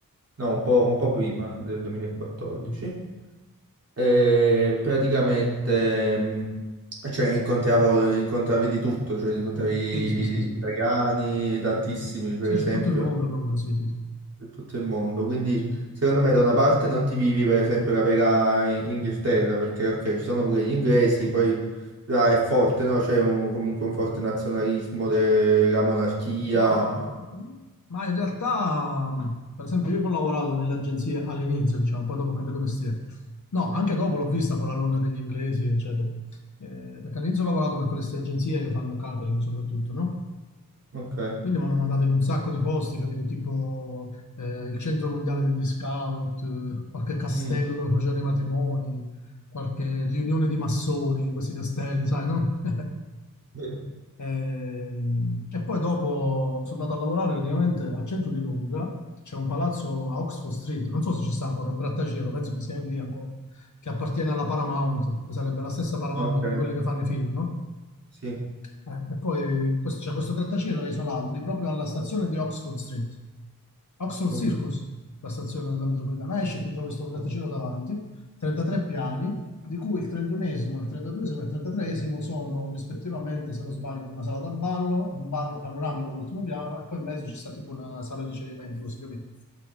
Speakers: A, on the right (about 45°); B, on the left (about 55°).
A: no, un po', un po' prima del 2014.
B: Ok, ok, ok.
A: E praticamente, mh, cioè, incontravo, incontravi di tutto, cioè, incontravi
B: Sì, sì, sì, sì.
A: italiani, tantissimi, per
B: Sì,
A: esempio
B: c'è tutto il mondo a Londra, sì, sì, sì.
A: per tutto il mondo. Quindi,
B: Sì, sì.
A: secondo me, da una parte non ti vivi, per esempio, la vera I- Inghilterra, perché ok, ci sono pure gli inglesi, poi là è forte, no? C'è un- comunque un forte nazionalismo della monarchia.
B: No, ma in realtà, mh, per esempio, io che ho lavorato nelle agenzie all'inizio, diciamo, poi dopo ho cambiato mestiere. No, anche dopo l'ho vista poi la Londra degli inglesi, eccetera. Eh, perché all'inizio ho lavorato per queste agenzie che fanno catering soprattutto, no?
A: Ok.
B: Quindi mi hanno mandato in un sacco di posti, capito? Tipo eh, il centro mondiale degli scout, eh, qualche castello
A: Mm.
B: dove facevano i matrimoni, qualche riunione di massoni in questi castelli, sai, no? <laughs>
A: Mm.
B: Ehm, E, poi dopo sono andato a lavorare praticamente al centro di Londra, c'è un palazzo a Oxford Street, non so se ci sta ancora, un grattacielo, penso che sia lì ancora, che appartiene alla Paramount, che sarebbe la stessa Paramount
A: Ok,
B: di quelle che fanno i film, no?
A: sì,
B: Eh, e poi questo, c'è questo grattacielo isolato lì proprio alla stazione di Oxford Street, Oxford
A: ok.
B: Circus, la stazione della metropolitana. Esci e ti trovi questo grattacielo davanti, 33 piani, di cui il 31esimo, il 32esimo e il 33esimo sono rispettivamente, se non sbaglio, una sala da ballo, un bar panoramico all'ultimo piano e poi in mezzo c'è sta tipo una sala di ricevimenti, così capito?